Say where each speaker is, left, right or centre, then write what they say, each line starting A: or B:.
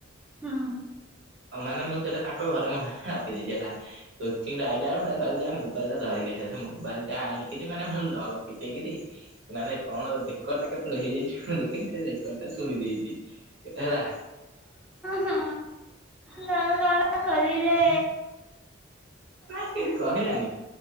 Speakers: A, in the centre; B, on the right.
A: ହୁଁ।
B: ଓ ମାନେ ମୁଁ ସେଟା ତାଙ୍କ ଘରେ ମୋ ବ୍ୟାଗ୍ ଟା ରଖିଦେଇଛି ହେଲା। ଏତିକି ରେ ଆଇଲା ମୁଁ ତାକୁ କହିଲି ଯା ମୋବାଇଲ୍ ଟା ଧରିକି ଆସିବାକୁ ସେ ମୋବାଇଲ୍ ଟା ଆଣିକିରି ମାନେ ସେ ଲକ୍ ଫିଟେଇକିରି ମାନେ କଣ ରେକର୍ଡ ଟା କେତେବେଳେ ହେଇଯାଇଛି ମୁଁ ଦେଖିନି ସେ ରେକର୍ଡ ଟା ଶୁଣି ଦେଇଛି ହେଲା।
A: ହଁ ନାଁ କଲ୍ କରିଦେ।
B: ନା ସିଏ ବି କହିଲାନି